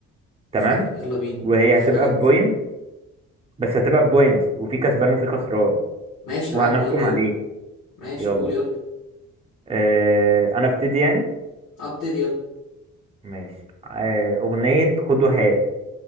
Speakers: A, on the right; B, on the left.
A: تمام
B: اتفقنا يلا بينا
A: وهي
B: لعبه
A: هتبقى
B: جامده
A: بوينت بس هتبقى بوينتس وفي كسبان وفي خسران
B: ماشي
A: وهنحكم
B: عادي يلا قول
A: عليه
B: ماشي
A: يلا
B: قول يلا
A: أه انا ابتدي يعني
B: آه، ابتدي يلا
A: ماشي أه اغنيه خد وهات